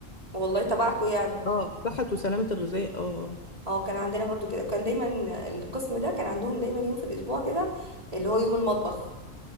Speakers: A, on the right; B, on the left.
A: والله تبعكم يعني
B: اه صحه وسلامه الغذاء اه
A: اه كان عندنا برضو كده كان دايما القسم ده كان عندهم دايما يوم في الاسبوع كده اللي هو يوم المطبخ